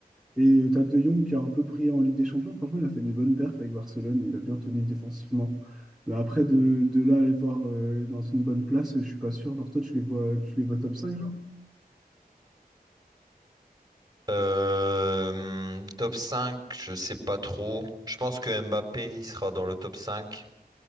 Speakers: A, in the centre; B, on the right (about 25°).
A: Et t'as De Jong qui a un peu brillé en Ligue des Champions. Franchement, il a fait des bonnes perfs avec Barcelone. Il a bien tenu défensivement. Mais après, de, de là, aller voir euh, dans une bonne place, je suis pas sûr. Genre, toi, tu les vois, tu les vois top cinq genre?
B: Euh, top 5 je sais pas trop. Je pense que Mbappé il sera dans le top cinq